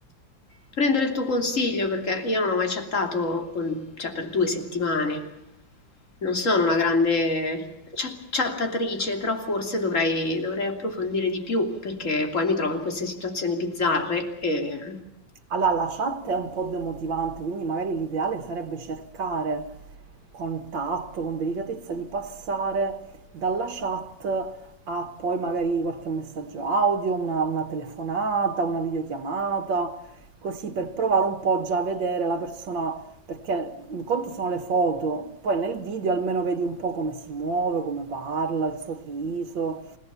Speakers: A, on the left (about 40°); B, on the right (about 70°).
A: prendere il tuo consiglio perché io non ho mai chattato con- cioè, per due settimane. Non sono una grande chat- chattatrice, però forse dovrei, dovrei approfondire di più perché poi mi trovo in queste situazioni bizzarre e
B: Allora, la chat è un po' demotivante, quindi magari l'ideale sarebbe cercare con tatto, con delicatezza di passare dalla chat a poi magari qualche messaggio audio, una, una telefonata, una videochiamata, così per provare un po' già a vedere la persona, perché un conto sono le foto, poi nel video almeno vedi un po' come si muove, come parla, il sorriso,